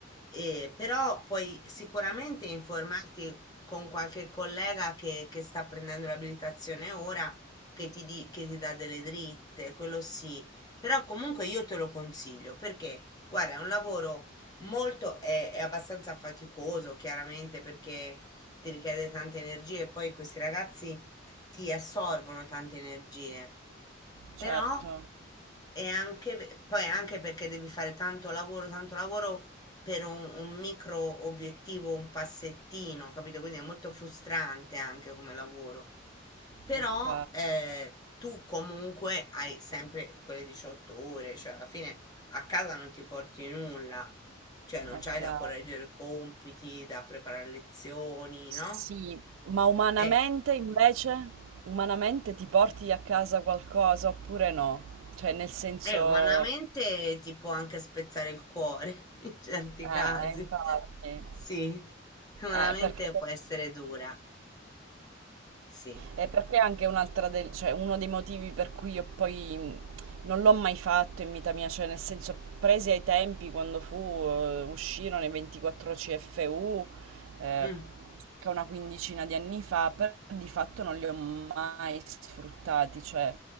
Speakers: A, on the left (about 20°); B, on the right (about 85°).
A: eh, però puoi sicuramente informarti con qualche collega che, che sta prendendo l'abilitazione ora, che ti, di- che ti dà delle dritte, quello sì. Però comunque io te lo consiglio perché, guarda, è un lavoro Molto è, è abbastanza faticoso, chiaramente, perché ti richiede tante energie e poi questi ragazzi ti assorbono tante energie. Però
B: certo,
A: è anche, ve- poi è anche perché devi fare tanto lavoro, tanto lavoro per un, un micro obiettivo, un passettino, capito? Quindi è molto frustrante anche come lavoro. Però
B: ok,
A: eh, tu comunque hai sempre quelle 18 ore, cioè alla fine a casa non ti porti nulla cioè, non
B: ok.
A: c'hai da correggere compiti, da preparare lezioni,
B: Sì,
A: no?
B: ma umanamente
A: È,
B: invece, umanamente ti porti a casa qualcosa oppure no? Cioè, nel senso,
A: è umanamente
B: eh,
A: ti può anche spezzare il cuore <laughs> in certi
B: eh,
A: casi.
B: infatti,
A: Sì, umanamente
B: eh, perché
A: può essere dura. Sì.
B: E perché anche un'altra del, cioè uno dei motivi per cui io poi mh, non l'ho mai fatto in vita mia, cioè nel senso presi ai tempi quando fu, eh, uscirono i 24 CFU, eh,
A: Mm,
B: circa una quindicina di anni fa, però di fatto non li ho mai sfruttati, cioè